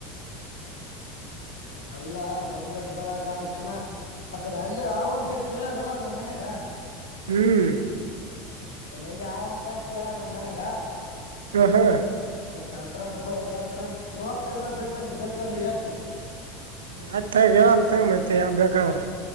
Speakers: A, on the left; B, on the right.
A: ಎಲ್ಲಾ ಗೊಬ್ಬ್ರಟ್ಟ ಬಳೆದ ಅ ಆದಕನ ಆ ಕಡೆ ಅಲ್ಲಿ ಆವು ಅಂತ ಕೇಳರು ನ ಮನ್ಯಾಗ
B: ಹ್ಮ್
A: ಎಲ್ಲ ಎಲ್ಲಿ ಅವಾವಂತ ಕೇಳಾರ ನಮ್ಮ್ ಮನ್ಯಾಗ
B: ಹ ಹಾ
A: ಓ್ತರ್ತಾರ ಅಂತಪ್ಪ ಎಲ್ಲಿ ತರ್ತಾರ ನೋ ಇ ಬೇಕ ನೀ ಬೇಕಾದ್ರೆ ಯತು
B: ಆಯ್ತ್ ತಗ ಹೇಳಮ್ಮ ತಗ ಮೈತೆ ಯಾವ ಬೇಕಾದ್ರ